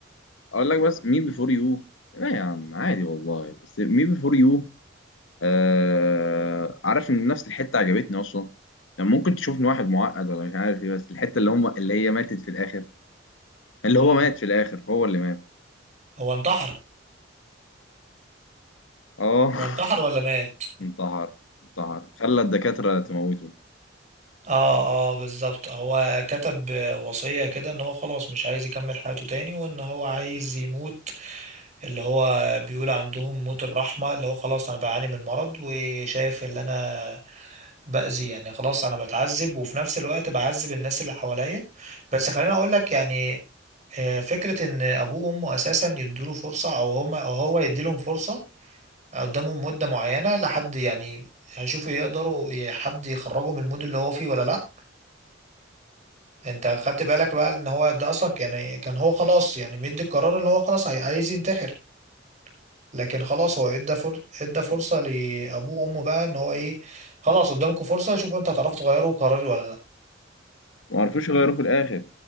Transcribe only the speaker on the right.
مم.
هو انتحر
هو انتحر ولا مات
اه اه بالظبط هو كتب وصية كده ان هو خلاص مش عايز يكمل حياته تاني وان هو عايز يموت اللي هو بيقول عندهم موت الرحمة اللي هو خلاص انا بعاني من مرض وشايف اللي انا بأذي يعني خلاص انا بتعذب وفي نفس الوقت بعذب الناس اللي حواليا بس خليني اقول لك يعني آه، فكرة ان ابوه وامه اساسا يدوله فرصة او هما او هو يديلهم فرصة قدامهم مدة معينة لحد يعني هيشوفوا يقدروا حد يخرجه من المود اللي هو فيه ولا لا انت خدت بالك بقى ان هو ده اصلا يعني كان هو خلاص يعني مدي القرار ان هو خلاص عاي- عايز ينتحر لكن خلاص هو ادى فر... ادى فرصة لابوه وامه بقى ان هو ايه خلاص قدامكم فرصة شوفوا انتوا هتعرفوا تغيروا قراري ولا لا